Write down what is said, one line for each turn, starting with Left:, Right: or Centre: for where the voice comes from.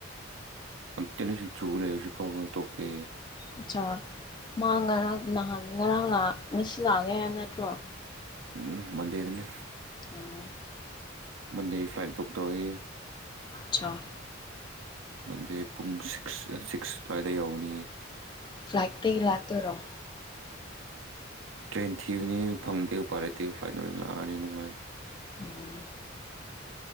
Right: ꯎꯝ <unintelligible> ꯁꯤ ꯆꯨꯔꯦ ꯍꯧꯖꯤꯛ ꯐꯥꯎꯕ ꯇꯣꯛꯇꯦ
Left: ꯑꯠꯆꯥ ꯃꯥ ꯉꯔꯥꯡ ꯅꯍꯥꯟ ꯉꯔꯥꯡ ꯂꯥ ꯉꯁꯤ ꯂꯥꯛꯑꯒꯦ ꯍꯥꯏꯕ ꯅꯠꯇ꯭ꯔꯣ
Right: ꯎꯝ ꯃꯟꯗꯦꯗꯅꯤ
Left: ꯎꯝ
Right: ꯃꯟꯗꯦꯒꯤ ꯐ꯭ꯂꯥꯏꯠ ꯕꯨꯛ ꯇꯧꯋꯦꯌꯦ
Left: ꯁꯥ
Right: ꯃꯟꯗꯦ ꯄꯨꯡ ꯁꯤꯛꯁ ꯁꯤꯛꯁ ꯑꯗꯨ꯭ꯋꯥꯏꯗ ꯌꯧꯅꯤꯌꯦ
Left: ꯐꯂꯥꯏꯛꯇꯒꯤ ꯂꯥꯛꯇꯣꯏꯔꯣ
Right: ꯇ꯭ꯔꯦꯟ ꯊꯤꯕꯅꯤ ꯐꯪꯗꯦ ꯎꯄꯥꯏ ꯂꯩꯇꯦ ꯐ꯭ꯂꯥꯏꯠ ꯑꯣꯏꯅ ꯂꯥꯑꯅꯤ ꯅꯨꯡꯉꯥꯏ
Left: ꯎꯝ